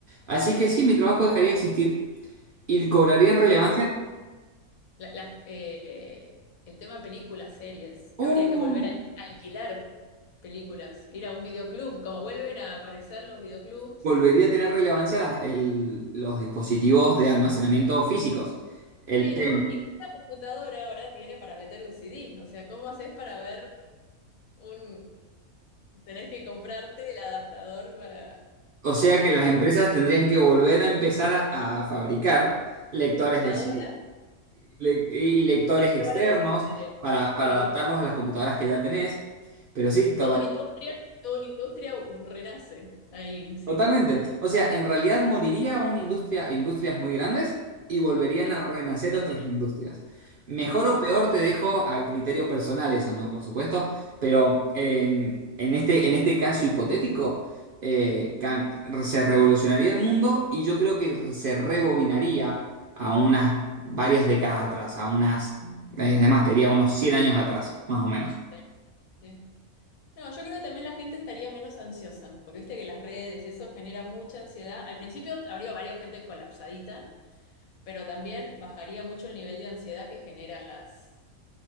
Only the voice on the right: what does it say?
Así que sí, mi trabajo dejaría de existir y cobraría relevancia,
¡Uh!
volvería a tener relevancia las- el- los dispositivos de almacenamiento físicos. El
P
O sea
que las
empresas tendrían que volver a empezar a, a fabricar lectores
de ci- le- y lectores
externos
para, para
adaptarlos a las computadoras que ya tenés. Pero sí, toma.
Totalmente. O sea, en realidad moriría una industria, industrias muy grandes y volverían
a renacer
otras industrias. Mejor
o peor te dejo a criterio personal eso, ¿no? Por supuesto. Pero en, en este, en este caso hipotético, eh, cam- se revolucionaría el mundo y yo creo que se rebobinaría a unas varias décadas atrás, a unas, además, te diría unos 100 años atrás, más o menos.